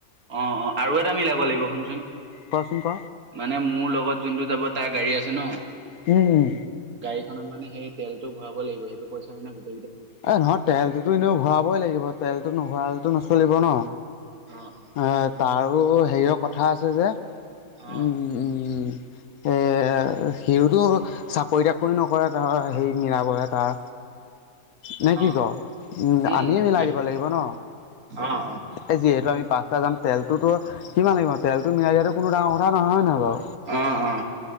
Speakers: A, on the right; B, on the left.
A: অ অ আৰু এটা মিলাব লাগিব শুনচোন,
B: কচোন ক
A: মানে মোৰ লগত যোনটো যাব তাৰ গাড়ী আছে। ন।
B: উম উম
A: গাড়ীখনত মানে সেই তেলতটো ভৰাব লাগিব, সেইটো পইচা মানে গ-
B: এ নহয় তেলটোতো এনেও ভৰাবই লাগিব, তেলতো নভৰালেটো নচলিব ন!
A: অ', অ',
B: এ তাৰো হেৰিয়ৰ কথা আছে যে
A: অ',
B: উম। উম। এ সিউটো চাকৰি-তাকৰি নকৰে ধৰ সেই মিলাবহে তাৰ নে কি
A: অ অ
B: কও?
A: উম,
B: আমিয়ে মিলাই
A: সেইটো
B: দিব লাগিব ন,
A: অ',
B: এই যিহেতু আমি পাঁচটা যাম। তেলটোতো কিমান লাগিব! তেলটো মিলাই দিয়াতটো কোনো ডাঙৰ কথা নহয় নহয় বাৰু
A: অ অ